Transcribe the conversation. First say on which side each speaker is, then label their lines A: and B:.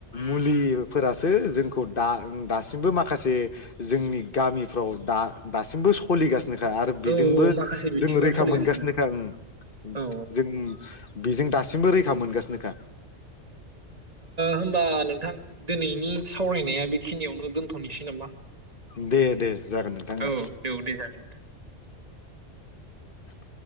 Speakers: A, on the left; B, on the right.
A: मुलिफोरासो जोंखौ दा दासिम दासिबो माखासे जोंनि गामिफ्राव दा दासिमबो सलिगासिनो आरो बेजोंबो
B: औ औ माखासे बिथिङाव
A: जों रैखा
B: सोलिगासिनो
A: मोनगासिनोखा ओं
B: औ औ
A: जों बेज दासिमबो रैखा मोनगासिनोखा
B: होमबा नोंथां दिनैनि सावरायनाया बेखिनियावनो दोनथ'नोसै नामा
A: दे दे जागोन नोंथांनो
B: औ औ दे जागोन
A: <inaudible>